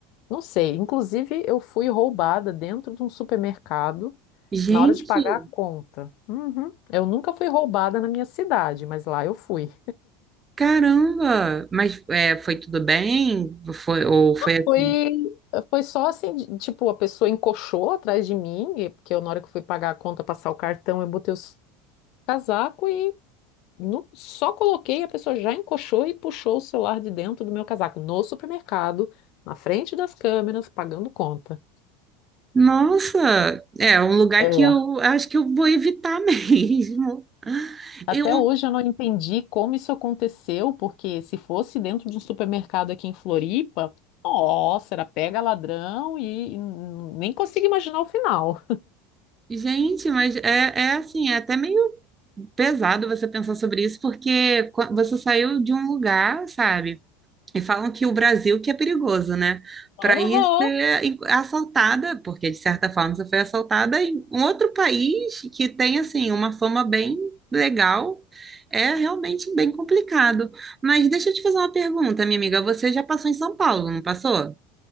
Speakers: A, on the left; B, on the right.
A: não sei. Inclusive, eu fui roubada dentro de um supermercado
B: Gente,
A: na hora de pagar a conta. Uhum. Eu nunca fui roubada na minha cidade, mas lá eu fui.
B: caramba! Mas é, foi tudo bem? Foi, ou foi assim?
A: Foi, foi só assim, de- tipo, a pessoa encoxou atrás de mim, e- porque eu, na hora que eu fui pagar a conta, passar o cartão, eu botei o s- casaco e nu- só coloquei, a pessoa já encoxou e puxou o celular de dentro do meu casaco, no supermercado, na frente das câmeras, pagando conta.
B: Nossa, é um lugar
A: É.
B: que eu acho que eu vou evitar <laughs> mesmo.
A: Até
B: Eu,
A: hoje eu não entendi como isso aconteceu, porque se fosse dentro de um supermercado aqui em Floripa, nossa, era pega ladrão e, e nem consigo imaginar o final.
B: gente, mas é, é assim, é até meio pesado você pensar sobre isso, porque qua- você saiu de um lugar, sabe? E falam que o Brasil que é perigoso, né? Para
A: Aham.
B: ir ser in- assaltada, porque de certa forma você foi assaltada em um outro país que tem assim uma fama bem legal, é realmente bem complicado. Mas deixa eu te fazer uma pergunta, minha amiga. Você já passou em São Paulo, não passou?